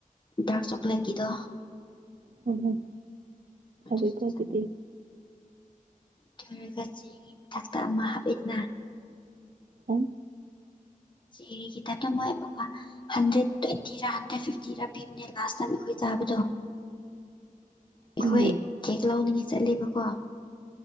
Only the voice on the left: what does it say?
ꯗꯥꯔꯛ ꯆꯣꯀ꯭ꯂꯦꯠꯀꯤꯗꯣ
ꯑꯗꯨꯁꯨ
ꯇꯣꯏꯔꯒ ꯆꯦꯒꯤ ꯃꯊꯛꯇ ꯑꯃ ꯍꯥꯞꯄꯦꯗꯅ
ꯆꯦꯒꯤ ꯇꯥꯏꯞꯇ ꯃꯣꯏ ꯑꯃꯨꯛꯀ ꯍꯟꯗ꯭ꯔꯦꯠ ꯇ꯭ꯋꯦꯟꯇꯤꯔ ꯍꯟꯗ꯭ꯔꯦꯠ ꯐꯤꯐꯇꯤꯔꯥ ꯄꯤꯕꯅꯦ ꯂꯥꯁ ꯑꯩꯈꯣꯏ ꯇꯥꯕꯗꯣ ꯑꯩꯈꯣꯏ
ꯀꯦꯛ ꯂꯧꯎꯅꯤꯡꯉꯦ ꯆꯠꯂꯦꯕꯀꯣ